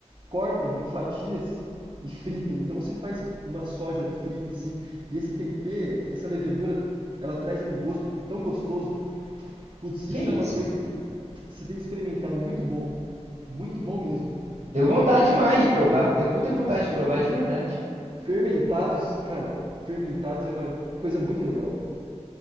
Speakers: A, on the right; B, on the right.
A: corta em fatias e frita. Então você faz uma soja frita assim, e esse tempê, essa levedura, ela traz um gosto tão gostoso. Putz,
B: Que
A: isso
B: isso,
A: é uma coisa
B: mano?
A: que você tem que experimentar, é muito bom. Muito bom mesmo.
B: Deu
A: É,
B: vontade
A: é uma.
B: demais de provar. Deu muita vontade
A: Putz,
B: de
A: é-
B: provar de verdade.
A: fermentados, cara, fermentados é uma coisa muito legal.